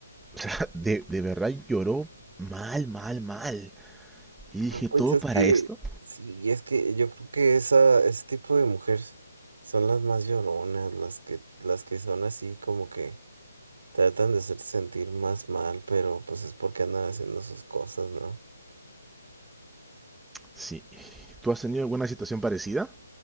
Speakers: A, in the centre; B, on the right (about 60°).
A: o sea, <laughs> de, de verdad lloró mal, mal, mal. Y dije,
B: No, pues
A: ¿todo
B: es
A: para
B: que,
A: esto?
B: sí, es que yo creo que esa, ese tipo de mujeres son las más lloronas, las que, las que son así como que tratan de hacerte sentir más mal, pero pues es porque andan haciendo sus cosas, ¿no?
A: Sí. ¿Tú has tenido alguna situación parecida?